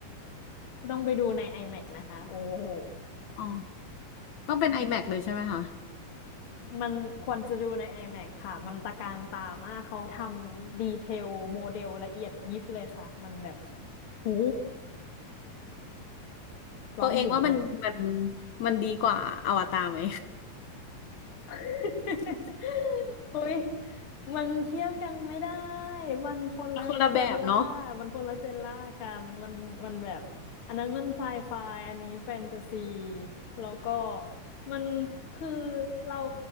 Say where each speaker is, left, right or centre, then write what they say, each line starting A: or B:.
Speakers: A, on the left; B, on the left.
A: ต้องไปดูใน IMAX นะคะโอ้โห
B: อ๋อต้องเป็น iMac เลยใช่ไหมคะ
A: มันควรจะดูใน iMac ค่ะ มันตะการตามาก เขาทำดีเทลโมเดลละเอียดยิบเลยค่ะ มันแบบหูร้องหูเลย
B: ตัวเองว่ามันมันมันดีกว่าอวตารไหม
A: <laughs> เฮ้ย มันเทียบกันไม่ได้ มันคนละเจนล่ามันคนละเจนล่ากันมัน
B: <laughs> คนละแบบเนาะ
A: มันแบบ อันนั้นมันไซไฟ อันนี้แฟนตาซี แล้วก็ มันคือเรา